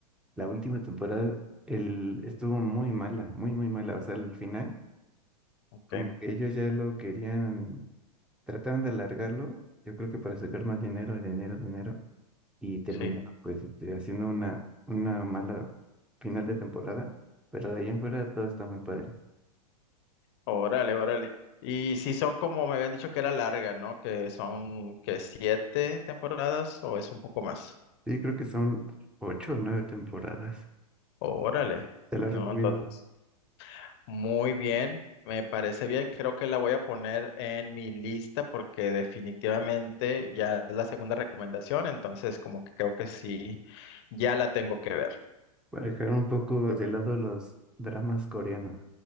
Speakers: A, in the centre; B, on the left (about 45°).
A: La última temporada el, estuvo muy mala, muy, muy mala. O sea, al final,
B: Ok,
A: como que ellos ya lo querían, trataron de alargarlo, yo creo que para sacar más dinero, dinero, dinero, y terminaron
B: sí.
A: pues este, haciendo una, una mala final de temporada, pero de ahí en fuera todo está muy padre.
B: Órale, órale. Y si son como me habían dicho que era larga, ¿no? Que son que siete temporadas o es un poco más.
A: Sí, creo que son ocho o nueve temporadas.
B: Órale,
A: Te la recomiendo.
B: ¿no? Entonces, muy bien, me parece bien. Creo que la voy a poner en mi lista porque definitivamente ya es la segunda recomendación, entonces como que creo que sí, ya la tengo que ver.
A: Para dejar un poco de lado los dramas coreanos.